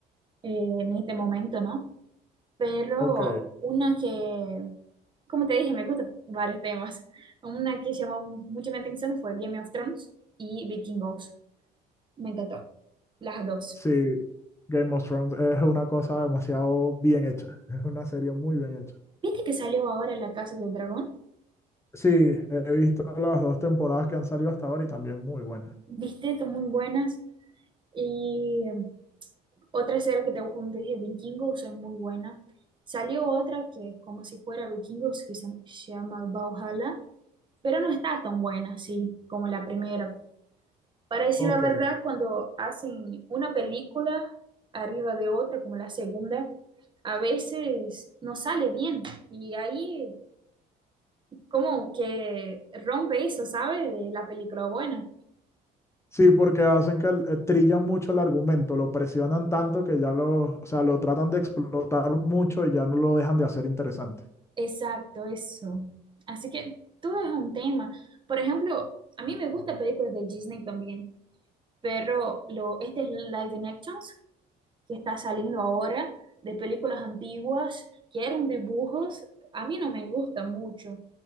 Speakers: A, on the right; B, on the left.
A: eh, en este momento, ¿no? Pero
B: Ok,
A: una que, como te dije, me gustan varios temas. Una que llamó mucho mi atención fue Game of Thrones y Vikingos. Me encantó, las dos.
B: sí, Game of Thrones es una cosa demasiado bien hecha, <laughs> es una serie muy bien hecha.
A: ¿Viste que salió ahora La Casa del Dragón?
B: Sí, he visto las dos temporadas que han salido hasta ahora y también muy buenas.
A: ¿Viste? Son muy buenas. Y em, otra serie que tengo como te dije, Vikingos, es muy buena. Salió otra que es como si fuera Vikingos, que se, se llama Valhalla, pero no está tan buena, sí, como la primera. Para decir
B: Ok,
A: la verdad, cuando hacen una película arriba de otra, como la segunda, a veces no sale bien. Y ahí como que rompe eso, ¿sabes? De la película buena.
B: sí, porque hacen que el- eh, trillan mucho el argumento, lo presionan tanto que ya lo, o sea, lo tratan de explotar mucho y ya no lo dejan de hacer interesante.
A: Exacto, eso. Así que todo es un tema. Por ejemplo, a mí me gustan películas de Disney también, pero lo, este es Live Actions que está saliendo ahora de películas antiguas que eran dibujos. A mí no me gusta mucho.